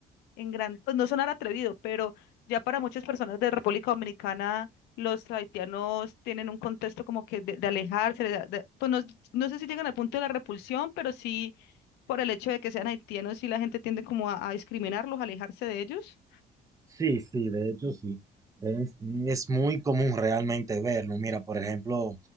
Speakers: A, on the left; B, on the right.
A: en gran, pues no sonar atrevido, pero ya para muchas personas de República Dominicana, los haitianos tienen un contexto como que de, de alejarse, de- de- pues no, no sé si llegan al punto de la repulsión, pero sí por el hecho de que sean haitianos, sí la gente tiende como a, a discriminarlos, a alejarse de ellos.
B: Sí, sí, de hecho sí. Es, es muy común realmente verlo. Mira, por ejemplo,